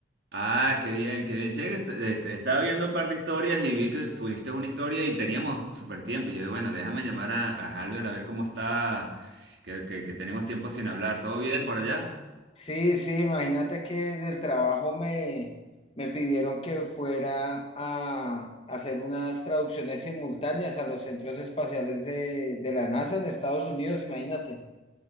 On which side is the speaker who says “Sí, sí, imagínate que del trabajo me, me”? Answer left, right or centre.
Left